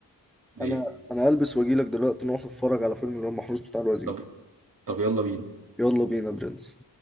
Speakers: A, in the centre; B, on the right.
A: انا
B: ايه
A: انا هلبس واجي لك دلوقتي نروح نتفرج على فيلم الواد محروس بتاع الوزير
B: طب طب يلا بينا
A: يلا بينا برنس